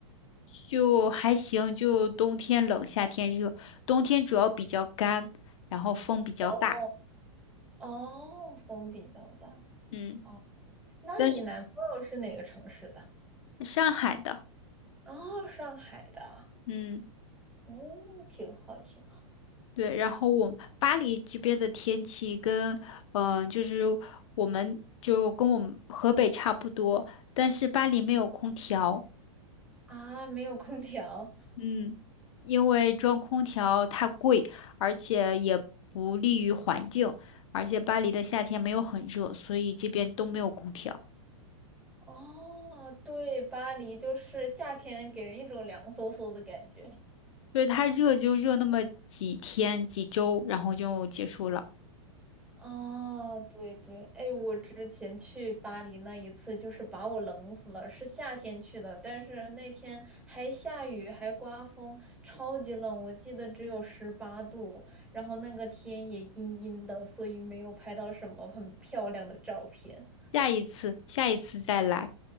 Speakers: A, on the left; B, in the centre.
A: 就还行，就冬天冷，夏天热，冬天主要比较干，然后风比较大，
B: 哦，哦，风比较大。
A: 嗯，
B: 哦，那你男朋友是哪个城市的？
A: 但是上海的，
B: 哦，上海的。
A: 嗯，
B: 嗯，挺好，挺好。
A: 对，然后我巴黎这边的天气跟，嗯、呃就是我们就跟我们河北差不多，但是巴黎没有空调。
B: 啊，没有空调。
A: 嗯，因为装空调太贵，而且也不利于环境，而且巴黎的夏天没有很热，所以这边都没有空调，
B: 哦，对，巴黎就是夏天给人一种凉飕飕的感觉。
A: 所以它热就热那么几天几周，然后就结束了。
B: 哦，对对，哎，我之前去巴黎那一次，就是把我冷死了。是夏天去的，但是那天还下雨，还刮风，超级冷，我记得只有十八度，然后那个天也阴阴的，所以没有拍到什么很漂亮的照片。
A: 下一次，下一次再来。